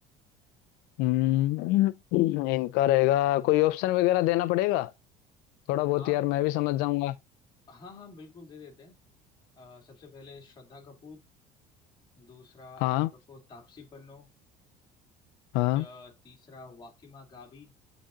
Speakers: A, on the left (about 80°); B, on the left (about 30°).
A: हम्म इनका रहेगा कोई ऑप्शन वगैरह देना पड़ेगा थोड़ा बहुत
B: हाँ
A: यार मैं भी समझ जाऊंगा
B: हाँ हाँ बिल्कुल दे देते हैं अ, सबसे पहले श्रद्धा कपूर दूसरा
A: हाँ
B: आप रखो तापसी पन्नू
A: हाँ
B: त- तीसरा वाकिमा गाबी